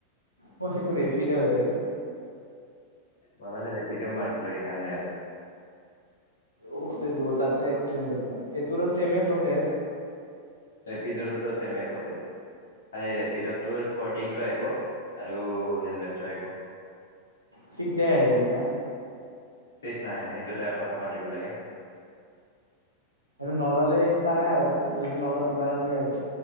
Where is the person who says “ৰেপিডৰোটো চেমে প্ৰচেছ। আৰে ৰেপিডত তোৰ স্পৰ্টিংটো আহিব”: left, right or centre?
Left